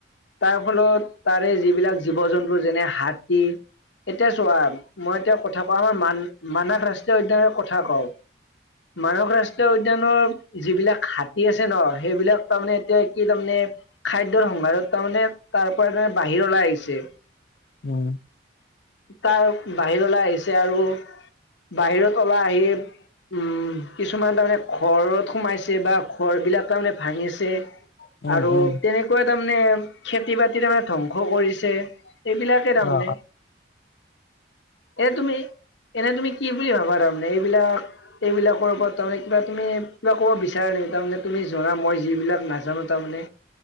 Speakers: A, on the left; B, on the left.
A: তাৰ ফলত তাৰে যিবিলাক জীৱ জন্তু যেনে হাতী এতিয়া চোৱা মই এতিয়া কথা কওঁ মানস ৰাষ্ট্ৰীয় উদয়ানৰ কথা কও মানস ৰাষ্ট্ৰীয় উদ্যানৰ যিবিলাক হাতী আছে ন সেইবিলাক তাৰমানে এতিয়া কি তাৰমানে খাদ্যৰ সংসাৰত তাৰমানে তাৰ পৰা তাৰমানে বাহিৰলৈ ওলাই আহিছে
B: উম
A: তাৰ বাহিৰ ওলাই আহিছে আৰু বাহিৰত ওলাই আহি উম কিছুমান তাৰমানে ঘৰত সোমাইছে বা ঘৰ বিলাক তাৰমানে ভাঙিছে
B: উম
A: আৰু
B: উম
A: তেনেকোৱা তাৰমানে খেতি-বাতি মানে ধ্বংস কৰিছে এইবিলাকে তাৰমানে
B: অ
A: এ তুমি এনে তুমি কি বুলি ভাবা তাৰমানে এইবিলাক এইবিলাকৰ ওপৰত তাৰমানে কিবা তুমি কিবা ক'ব বিচাৰা নেকি তাৰমানে তুমি জনা মই যিবিলাক নাজানো তাৰমানে